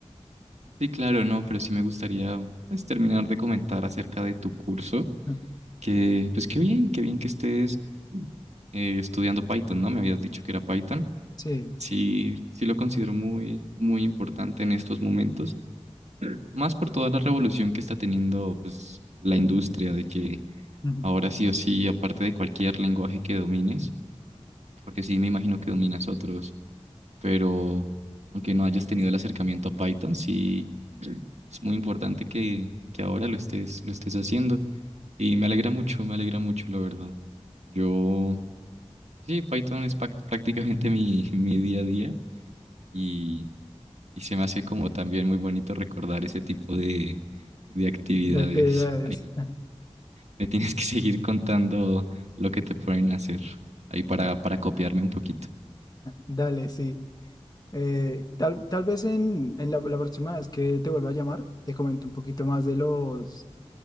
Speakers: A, on the right; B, on the left.
A: Sí, claro, no, pero sí me gustaría pues terminar de comentar acerca de tu curso,
B: <laughs>
A: que pues qué bien, qué bien que estés eh, estudiando Python, ¿no? Me habías dicho que era Python.
B: Sí,
A: Sí, sí lo considero muy, muy importante en estos momentos, más por toda la revolución que está teniendo pues la industria de que
B: ujú,
A: Ahora sí o sí, aparte de cualquier lenguaje que domines, porque sí me imagino que dominas otros, pero aunque no hayas tenido el acercamiento a Python, sí <clears throat> es muy importante que, que ahora lo estés, lo estés haciendo. Y me alegra mucho, me alegra mucho, la verdad. Yo, sí, Python es pac- prácticamente mi, <laughs> mi día a día y, y se me hace como también muy bonito recordar ese tipo de, de actividades.
B: de actividades. <laughs>
A: Me tienes que seguir contando lo que te pueden hacer ahí para, para copiarme un poquito.
B: Dale, sí. Eh, tal, tal vez en, en la, la próxima vez que te vuelva a llamar, te comento un poquito más de los,